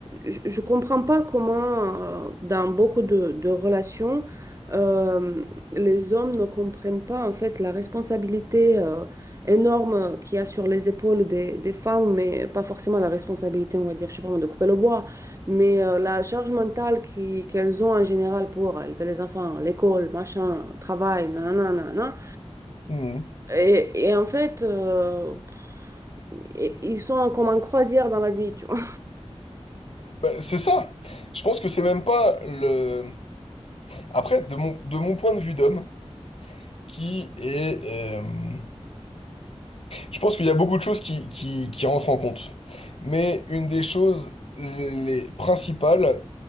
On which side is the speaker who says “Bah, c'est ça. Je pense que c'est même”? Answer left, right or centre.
Left